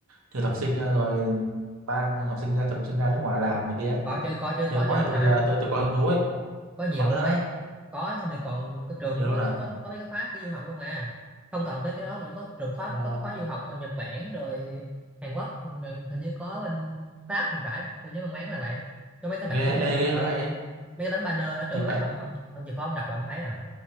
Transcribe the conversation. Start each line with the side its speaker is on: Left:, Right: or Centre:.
Right: thực tập sinh à, rồi mang học sinh ra thực tập sinh ra nước ngoài làm này kia
Centre: có chứ có chứ
Right: nếu
Centre: có
Right: có
Centre: chứ
Right: thì tôi
Centre: trời
Right: à, tôi tôi có hứng thú ấy
Centre: có nhiều
Right: có luôn
Centre: luôn
Right: á
Centre: ấy có xong rồi còn có trường
Right: nhiều
Centre: cũng có
Right: luôn
Centre: cái
Right: à
Centre: có, có mấy cái khóa cái du học luôn mà không cần tới cái đó vẫn có trường khóa
Right: ồ
Centre: có khóa du học ở Nhật Bản rồi Hàn Quốc rồi hình như có bên Pháp thì phải tôi nhớ mang máng là vậy có mấy cái bản
Right: ghê
Centre: ấy,
Right: ê,
Centre: ở,
Right: ghê
Centre: ở
Right: vậy
Centre: mấy cái tấm banner ở trường
Right: thích
Centre: ấy
Right: vậy
Centre: ông ông ông chỉ có ông đọc là ông thấy à